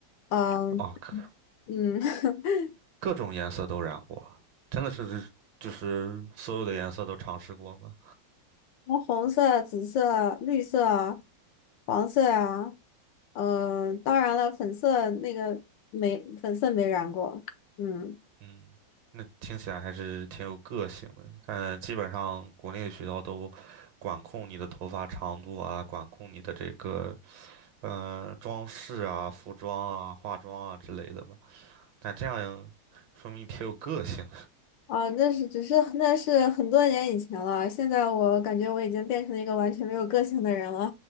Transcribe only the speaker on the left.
嗯
嗯，<laughs>
红色、紫色、绿色啊、黄色啊，嗯，当然了，粉色那个没粉色没染过。嗯。
啊，那是只是那是很多年以前了，现在我感觉我已经变成了一个完全没有个性的人了。